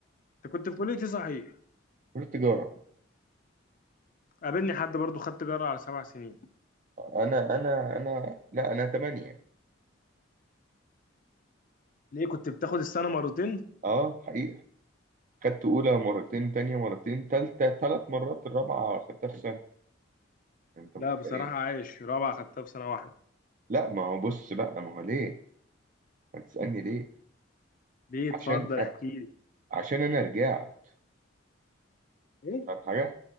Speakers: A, on the left (about 45°); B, on the right (about 40°).
A: انت كنت في كليه ايه صحيح
B: كليه تجاره
A: قابلني حد برضو خدت جرعه على سبع سنين
B: انا انا انا لا انا تمانية
A: ليه كنت بتاخد السنه مرتين
B: اه حقيقه خدت اولى مرتين تانية مرتين تالتة تلات مرات الرابعه خدتها في سنه انت
A: لا
B: متخيل
A: بصراحه عايش رابعه خدتها في سنه واحده
B: لا ما هو بص بقى ما هو ليه ما تسالني ليه
A: ليه
B: عشان
A: اتفضل احكي لي
B: عشان انا رجعت
A: ايه
B: فاهم حاجة